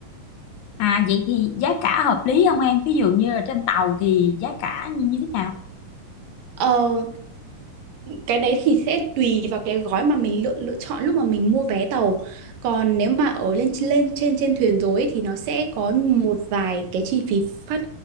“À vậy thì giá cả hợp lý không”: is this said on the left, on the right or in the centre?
Left